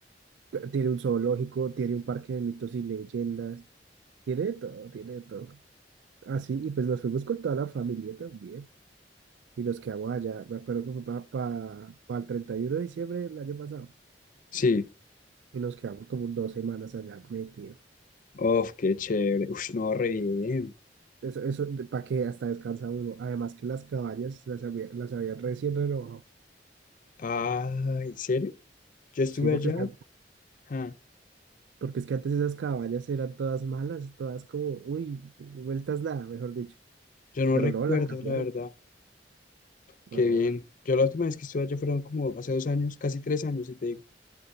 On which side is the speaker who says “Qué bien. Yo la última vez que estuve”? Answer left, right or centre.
Left